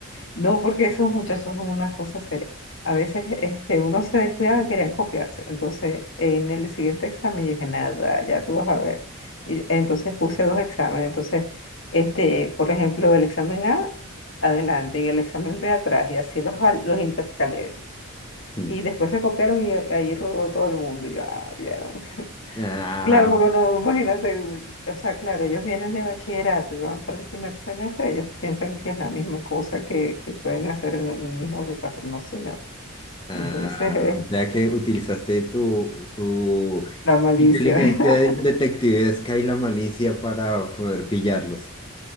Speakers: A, on the left; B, on the left.
A: No, porque esos muchachos son una cosa seria. A veces, este, uno se descuidaba y querían copiarse. Entonces, en el siguiente examen yo dije, nada, ya tú vas a ver. Y entonces puse dos exámenes. Entonces, este, por ejemplo, el examen A, adelante, y el examen B atrás, y así los, val- los intercalé.
B: Mm.
A: Y después se copiaron y ahí rodó todo el mundo. Y yo, ah, vieron.
B: Ah,
A: Claro, porque no, imagínate, o sea, claro, ellos vienen de bachillerato y van para el primer semestre, ellos piensan que es la misma cosa que, que pueden hacer en el mismo desastre, no señor.
B: Ah,
A: Entonces, eh,
B: o sea que utilizaste tu, tu
A: la malicia,
B: inteligencia de- detectivesca
A: <laughs>
B: y la malicia para poder pillarlos.